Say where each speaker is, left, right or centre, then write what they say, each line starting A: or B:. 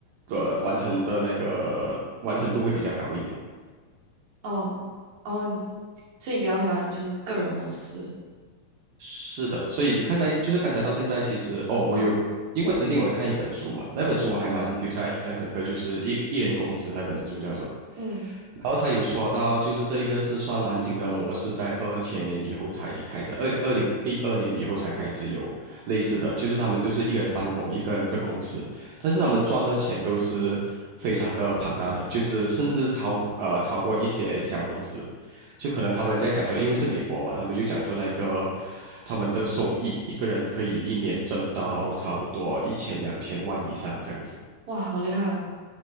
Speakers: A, on the right (about 75°); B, on the right (about 60°).
A: 呃，完成的那个完成度会比较高一点。
B: 哦哦，你所以你比较喜欢就是个人模式。
A: 是的，所以你看才就是刚才到现在，其实哦，
B: 嗯
A: 我有，因为曾经我也看一本书嘛，那本书我还蛮留下印象深刻，
B: 嗯
A: 就是一艺人公司那本书叫做。
B: 嗯
A: 然后他有说到，就是这一个四川完型的模式，在二千年以后才开始，二二零一二年以后才开始有类似的，就是他们就是一个人办公，一个人的公司，但是他们赚的钱都是非常的庞大的，
B: 嗯。
A: 就是甚至超呃超过一些小公司，就可能他们在讲说，因为是美国嘛，他们就讲说那个他们的收益，一个人可以一年挣到差不多一千两千万以上这样子。
B: 哇，好厉害哦！